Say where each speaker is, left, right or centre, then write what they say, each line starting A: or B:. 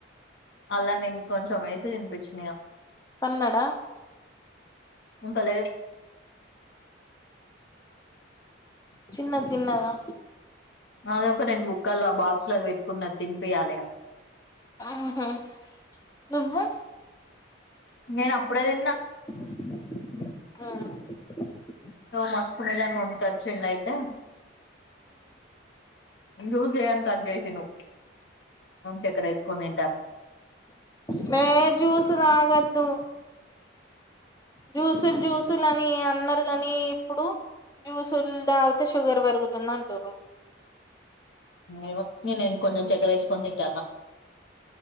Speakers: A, on the left; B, on the left.
A: అలానే ఇంకొంచెం వేసి తినిపించిన ఇగ
B: పన్నడ
A: ఇంకా లేదు
B: తిన్న తిన్నాదా
A: అదొక రెండు బుక్కలు ఆ బాక్స్లు అది పెట్టుకున్నాది తినిపియాలి ఇగ
B: ఆహా నువ్వు
A: నేను అప్పుడే తిన్నా
B: మ్మ్
A: మిస్క్మెలాన్ కొనుకచిండు అయితే జ్యూస్ చెయ్ అని కట్ చేసిండు చక్కెర వేసుకొని తింటాను
B: మే జూస్ దాగా తొ జూసులు జూస్ అని అన్నారు కానీ ఇప్పుడు జ్యూసులు తాగితే షుగర్ పెరుగుతుంది అంటూర్రు
A: ఏమో నేను కొంచెం చక్కెర వేసుకొని తింటాన్న